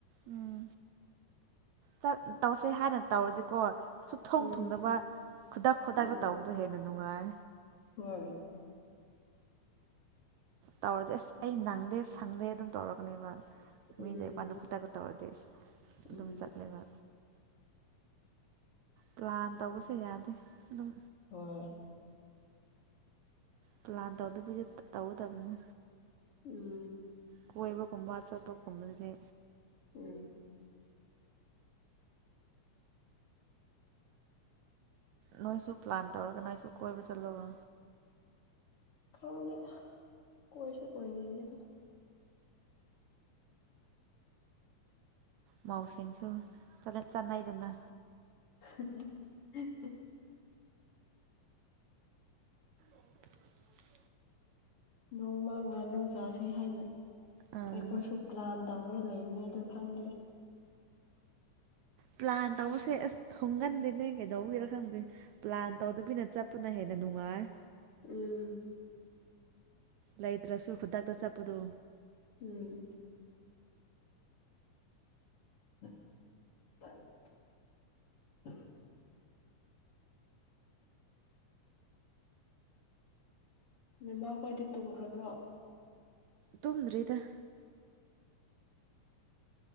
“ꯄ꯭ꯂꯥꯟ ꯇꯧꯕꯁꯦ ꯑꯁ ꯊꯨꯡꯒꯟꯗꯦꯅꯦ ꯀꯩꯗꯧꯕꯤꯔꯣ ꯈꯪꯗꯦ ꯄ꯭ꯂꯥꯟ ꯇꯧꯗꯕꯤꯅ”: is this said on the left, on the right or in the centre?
Right